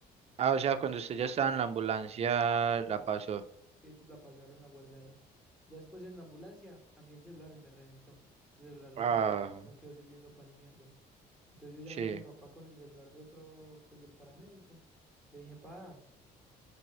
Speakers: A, on the right; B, in the centre.
A: ah, o sea, cuando usted ya estaba en la ambulancia,
B: Sí,
A: la
B: ¿sabes?
A: pasó.
B: Sí, sí, ellos la pasaron, la guardaron. Ya después en la ambulancia, a mí el celular se me reventó. Ese celular
A: Ah,
B: no, no, no quedó sirviendo para ni mierda. Entonces yo llamé
A: sí.
B: a mi papá con el celular de otro, pues del paramédico. Le dije, pa,